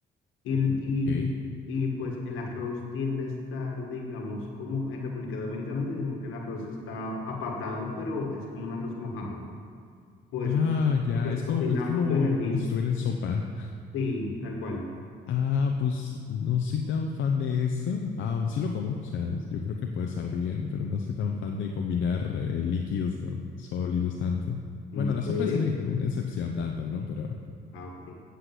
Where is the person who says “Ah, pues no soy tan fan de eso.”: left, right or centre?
Left